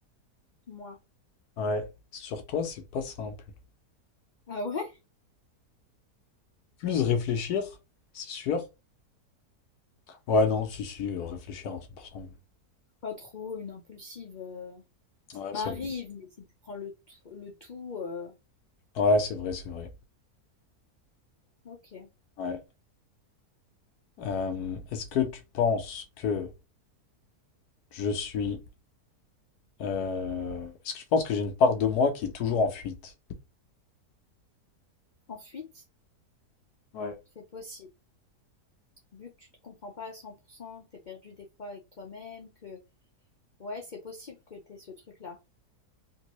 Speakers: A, on the left; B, on the left.
A: Moi.
B: Ouais. Sur toi, c'est pas simple.
A: Ah ouais?
B: Plus réfléchir, c'est sûr. Ouais, non, si, si, euh, réfléchir à 100%.
A: Pas trop une impulsive, heu, ça
B: Ouais,
A: m'arrive,
B: c'est vrai.
A: mais si tu prends le tou le tout, heu,
B: Ouais, c'est vrai, c'est vrai.
A: OK.
B: Ouais. Euh, est-ce que tu penses que je suis... euh, Est-ce que tu penses que j'ai une part de moi qui est toujours en fuite?
A: En fuite,
B: Ouais.
A: c'est possible. Vu que tu te comprends pas à 100 pour cent, que tu es perdu des fois avec toi-même, que ouais, c'est possible que tu ce truc-là.